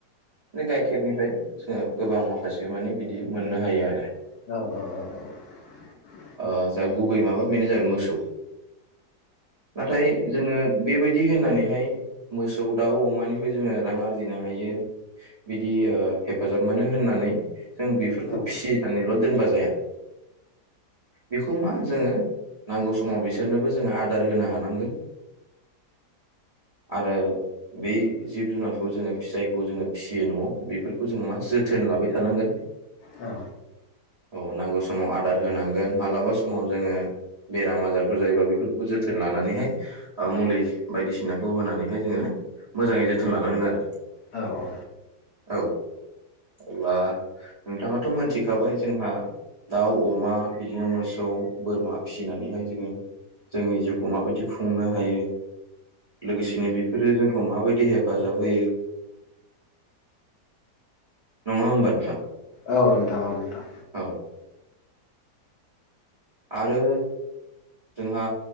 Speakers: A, on the right; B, on the left.
A: बे गाइखेरनिफ्राय जोङो गोबां माखासे मानि बिदि मोननो हायो आरो।
B: औ औ औ औ
A: ओ जा गुबै माबा बेनो जाहैबाय मोसौ। नाथाय जोङो बेबायदि होननानै हाय मोसौ दाउ अमानिफ्राय जोङो रां आरजिनो हायो बिदि ओ हेफाजाब मोनो होननानै जों बेफोरखौ
B: औ
A: फिसिनानैल दोनबा जाया बेखौ मा जोङो नांगौ समाव बिसोरनोबो जोङो आदार होनो हानांगोन आरो बै जिब जुनारखौ जोङो फिसायखौ जोङो फिसियो न'आव बेफोर खौ जों मा जथोन लाबाय थानांगोन
B: औ
A: औ नांगौ समाव आदार होनांगोन मालाबा समाव जोङो बेराम आजारफोर जायोबा बेफोरखौबो जोथोन लानानै हाय ओ मुलि बायदिसिनाखौ होनानैहाय जोङो मोजाङै जोथोन लानांगोन आरो
B: औ औ
A: औ अब्ला नोंथाङाथ मोनथिखाबाय जोंहा दाउ अमा बिदिनो मोसौ बोरमा फिसिनानैहाय जोङो जोंनि जिउखौ माबायदि खुंनो हायो लोगोसेनो बेफोरो जोंखौ माबायदि हेफाजाब होयो नङा होनबा नोंथां
B: औ नोंथां औ
A: औ आरो जोंहा